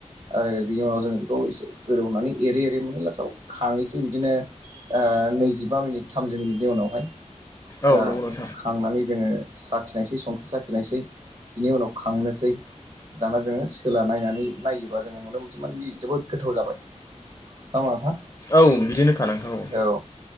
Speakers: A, on the right (about 55°); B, on the left (about 30°).
A: आरो बिनि उनाव जोङो बेखौ एसे गोदौहोनानै एरै एरै मोनो लासाव खाङैसै बिदिनो ओ नैजिबा मिनिट थामजि मिनिटनि उनावहाय
B: औ
A: दा
B: नंगौ नों
A: खांनानै जोङो साखिनायसै संख्रि साखिनायसै बिनि उनाव खांनोसै दाना जोङो सोला नायनानै नायोबा जोङो नुनो मोनसै माने बि जोबोद गोथाव जाबाय। नङा होमबा नोंथां
B: औ बिदिनोखा नोंखागौ
A: औ